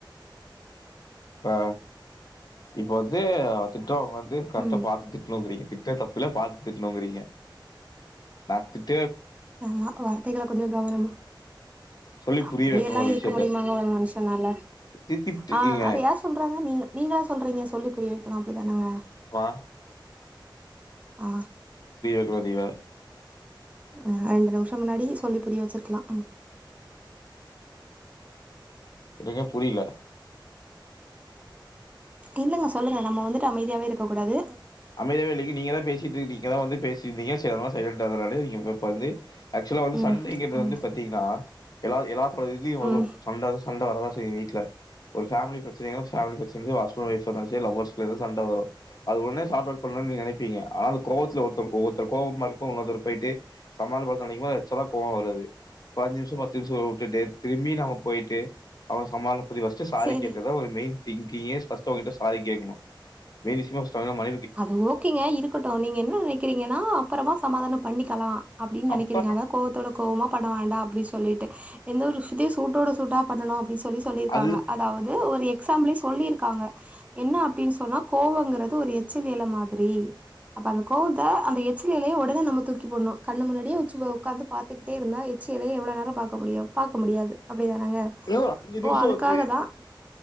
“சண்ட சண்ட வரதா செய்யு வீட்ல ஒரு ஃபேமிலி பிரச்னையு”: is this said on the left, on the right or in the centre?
Left